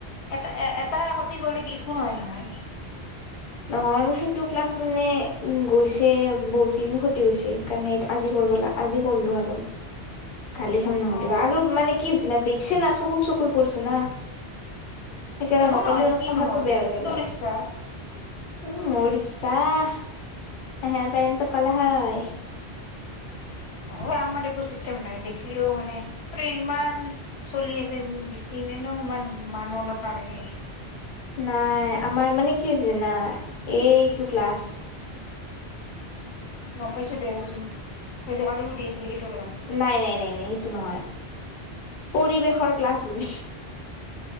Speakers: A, on the left; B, on the left.
A: এটা এ এটা সতি গলে একো নহয় নহয়
B: নহয় মোৰ সেইটো ক্লাছ মানে গৈছে বহুত কেইদিন খতি গৈছে সেইকাৰণে আজি কৰিবাগ আজি কৰলো আৰু খালি খাম নহ
A: অ'।
B: দিব আৰু মানে কি হ হৈছে না দেখ চে না চকুক চকু পৰিছে না সেইকাৰণে
A: একো
B: নকলে
A: নহয়
B: মানে
A: কিনো
B: কথাটো
A: হ'ল
B: বেয়া হ'ব
A: তোৰ
B: নহয়
A: ইচ্ছা
B: উম মোৰ ইচ্া <unintelligible> চাহ পেৰেণ্ছ কলা হয়।
A: অ আমাৰ এইবোৰ চিষ্টেম নাই দেই। আচিও মানে ইমান। চলি আছে বেছিন ন ইমান মান মনত নে।
B: নাই আমাৰ মানে কি হৈ হৈছে নাই। এইটো ক্লাছ।
A: গম পাইছো দেৰজন। নিইজ কালি সুধি আছিলো সিটোৰ লাছ।
B: নাই নাই নাই নাই সেইটো নহয় পৰিৱেশৰ ক্লাছ। আপুনি।